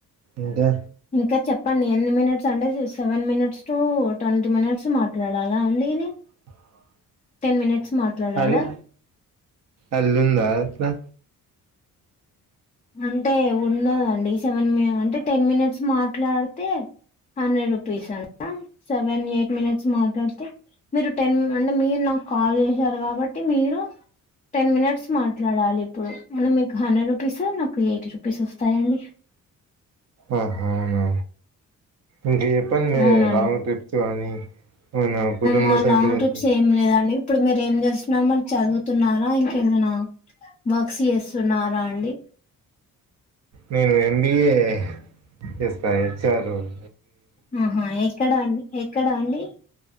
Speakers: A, on the right; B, on the left.
A: ఇంకా
B: ఇంకా చెప్పండి ఎన్ని మినిట్స్ అంటే seven minutes to twenty minutes మాట్లాడాలా అండి ఇది?
A: <inaudible>
B: టెన్ మినిట్స్ మాట్లాడాలా
A: అల్లా అలుందా అట్లా
B: అంటే ఉన్నది అండి సెవెన్ మి అంటే టెన్ మినిట్స్ మాట్లాడితే, హండ్రెడ్ రూపీస్ అంట సెవెన్, ఎయిట్ మనిట్స్ మాట్లాడితే. మీరు టెన్ అంటే, మీరు నాకు కాల్ చేసారు కాబట్టి మీరు టెన్ మినిట్స్ మాట్లాడాలి ఇప్పుడు మళ్ళ మీకు హండ్రెడ్ రూ పీసు నాకు ఎయిటీ రూపీస్ వస్తాయండి.
A: ఆహా అవునా? ఇంకా చెప్పండి
B: అవునండి
A: లాంగ్ ట్రిప్స్ కాని మన కుటుంబ
B: మా
A: సభ్యులతో
B: లాంగ్ ట్రిప్స్ ఏం లేదండి ఇప్పుడు మీరు ఏం జేస్తున్నారు మళ్ళీ చదువుతున్నారా ఇంకేమైనా వర్క్స్ చేస్ తున్నారా అండి?
A: నేను ఎం బీ ఎ చేస్తా హెచ్ఆర్ రోల్
B: మ్ హు ఎక్కడ అండి? ఎక్కడ అండి?